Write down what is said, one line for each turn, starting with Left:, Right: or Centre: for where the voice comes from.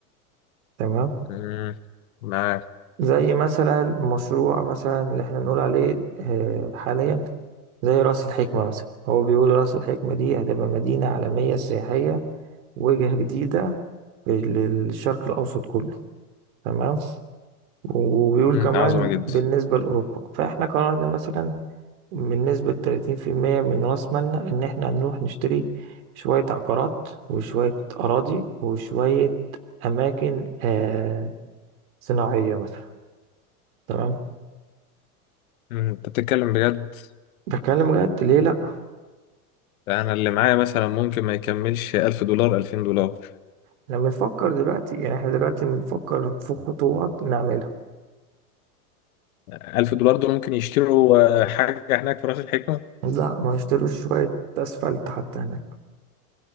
Right: تمام
Left: مم. معاه
Right: زي مثلا مشروع مثلا اللي احنا نقول عليه آه، حاليا زي راس الحكمة مثلا هو بيقول راس الحكمة دي هتبقى مدينة عالمية سياحية وجهة جديدة للشرق الأوسط كله تمام وبيقول
Left: مم.
Right: كمان
Left: عظمة جدا
Right: بالنسبة لأوروبا فإحنا قررنا مثلا من نسبة 30% من رأس مالنا إن إحنا نروح نشتري شوية عقارات وشوية أراضي وشوية أماكن آه صناعية مثلا تمام
Left: مم. انت بتتكلم بجد
Right: بتكلم بجد ليه لأ
Left: انا اللي معايا مثلا ممكن ما يكملش 1000 دولار 2000 دولار
Right: إحنا بنفكر دلوقتي يعني إحنا دلوقتي بنفكر في خطوات نعملها
Left: 1000 دولار دول ممكن يشتروا آه، حاجة هناك في راس الحكمة
Right: لأ ما نشتروش شوية أسفلت حتى هناك